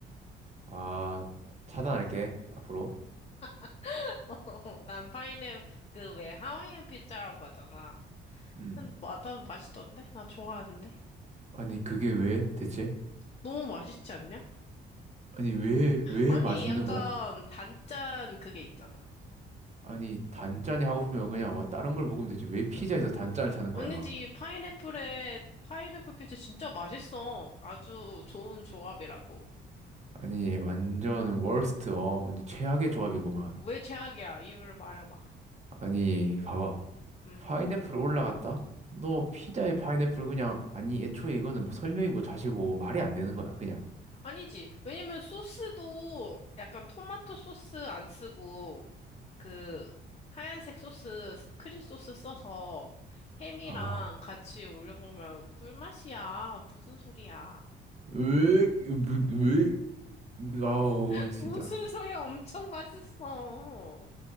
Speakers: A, on the right; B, on the left.
A: 아, 차단할게. 앞으로.
B: <laughs> 난 파인애플, 그 왜 하와이안 피자라고 하잖아.
A: 음.
B: 근데 마, 나 맛있던데? 나 좋아하는데?
A: 아니, 그게 왜 대체?
B: 너무 맛있지 않냐?
A: 아니, 왜, 왜
B: 아니,
A: 맛있는
B: 약간
A: 거야?
B: 단짠 그게 있잖아.
A: 아니, 단짠이 하고 싶으면 그냥 어, 다른 걸 먹으면 되지. 왜 피자에서 단짠을 찾는
B: 아니지,
A: 거야?
B: 파인애플에, 파인애플 피자 진짜 맛있어. 아주 좋은 조합이라고.
A: 아니, 완전 워스트, 어, 완전 최악의 조합이구만.
B: 왜 최악이야? 이유를 말해봐.
A: 아니, 봐봐.
B: 응.
A: 파인애플 올라갔다? 너 피자에 파인애플 그냥, 아니, 애초에 이거는 뭐 설명이고 자시고 말이 안 되는 거야, 그냥.
B: 아니지. 왜냐면 소스도 약간 토마토 소스 안 쓰고 그 하얀색 소스, 크림 소스 써서 햄이랑
A: 아,
B: 같이 올려 먹으면 꿀맛이야. 무슨 소리야?
A: 왜, 왜, 왜, 아우,
B: <laughs>
A: 진짜.
B: 무슨 소리야? 엄청 맛있어.